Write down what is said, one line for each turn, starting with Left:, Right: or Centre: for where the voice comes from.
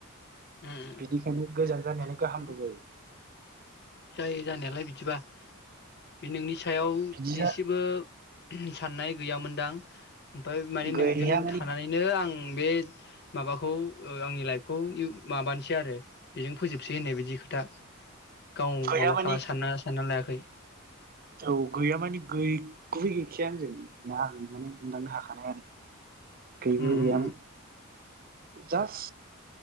Left: उम
Right: बिनिखायनो गोजान जानायानो
Left: उम
Right: गाहामबो जायो।
Left: जायो जानायालाय बिदिबा। बे नोंनि सायाव
Right: बिदि
Left: दिसिबो
Right: जा
Left: साननाय गैयामोनदां ओमफाय माने
Right: गैया
Left: नोंजों
Right: माने
Left: थानानैनो आं बे माबाखौ ओ आंनि लाइफखौ इउ माबानोसै आरो बेजों फोजोबसै होननाय बायदि खोथा। गाव
Right: गैया
Left: माबा
Right: माने
Left: खाला सानना सानना लायाखै।
Right: औ गैया माने गैगुबै गैखाया आंजों ना आं माने हमदांनो हाखानाय आरो। गैगुबै
Left: उम
Right: गैयामोन
Left: उम
Right: जास